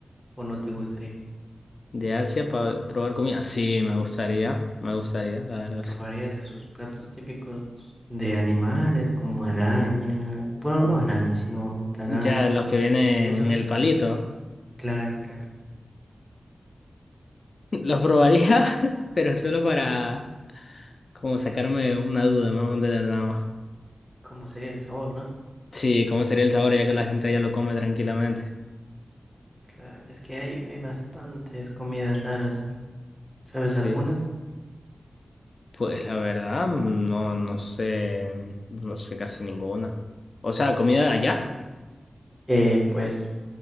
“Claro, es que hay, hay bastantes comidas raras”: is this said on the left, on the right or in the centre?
Centre